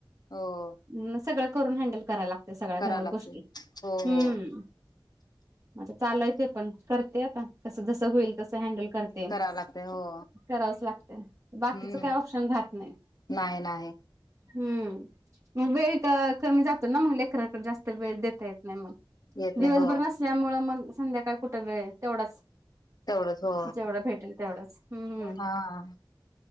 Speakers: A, on the left; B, on the right.
A: हो.
B: म्हणून सगळं करून हँडल करायला लागत सगळ्या
A: करावं
B: घर
A: लागते.
B: गोष्टी,,
A: हो
B: हम्म
A: हो
B: म चालूय ते पण,, करते आता, कसं जसं होईल तसं हॅडल कर ते,,
A: करावं लागतय हो.
B: करावंच लागतंय,, बाकीचं
A: हम्म
B: काय ऑप्शन राहत नाही.
A: नाही नाही.
B: हम्म, मग वेळ कमी जातो ना मग लेकरराकडे जास्त वेळ देता येत नाही मग,,,
A: येत
B: दिवसभर
A: नाही हो
B: नसल्यामुळं मग संध्याकाळ कुठं वेळ, तेवढाच
A: तेवढंच हो.
B: जेवढं भेटेल तेवढंच,, हम्म हम्म.
A: हा.